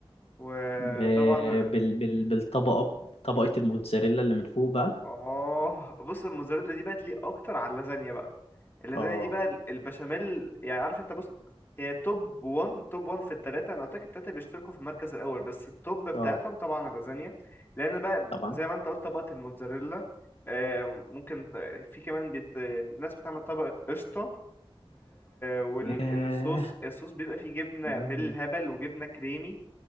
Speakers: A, on the left; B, on the left.
A: وطبعا
B: ب... بال... بال... بالطبقة طبقة الموتزاريلا اللي من فوق بقى
A: اه بص الموزاريلا دي بقت ليه اكتر على اللازانيا بقى اللازانيا
B: اه
A: دي بقى البشاميل يعني عارف انت بص هي توب 1 توب 1 في التلاتة انا قلت لك التلاتة بيشتركوا في المركز الاول بس التوب بتاعتهم
B: اه
A: طبعا اللازانيا لان بقى
B: طبعا
A: زي ما انت قلت طبقة الموتزاريلا آم، ممكن في كمان بيت... ناس بتعمل طبقة قشطة والصوص
B: ياه
A: الصوص بيبقى فيه جبنة
B: مم.
A: بالهبل وجبنة كريمي